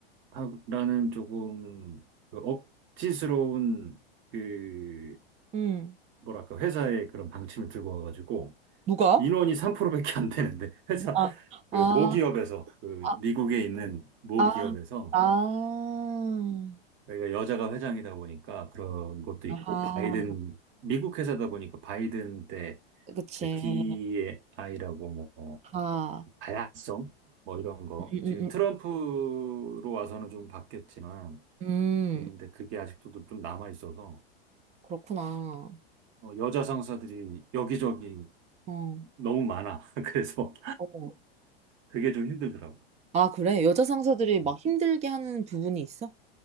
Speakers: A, on the right; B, on the right.
A: 하라는 조금 그 억지스러운 그
B: 음.
A: 뭐랄까 회사의 그런 방침을 들고 와가지고
B: 누가?
A: 인원이 3%밖에 안 되는데 회사
B: 아,
A: 그
B: 아,
A: 모기업에서 그
B: 아,
A: 미국에 있는 모기업에서
B: 아, 아,
A: 내가 여자가 회장이다 보니까 그런 것도
B: 아하,
A: 있고, 바이든, 미국 회사다 보니까 바이든 때
B: 그치,
A: 그 DEI라고 뭐,
B: 아하,
A: 다양성? 뭐 이런 거.
B: 음,
A: 지금
B: 음,
A: 트럼프로 와서는 좀 바뀌었지만,
B: 음, 음,
A: 근데 그게 아직도 좀 남아있어서,
B: 그렇구나,
A: 어, 여자 상사들이 여기저기
B: 어,
A: 너무 많아. <laughs> 그래서
B: 어,
A: 그게 좀 힘들더라고.
B: 아, 그래, 여자 상사들이
A: 음.
B: 막 힘들게 하는 부분이 있어?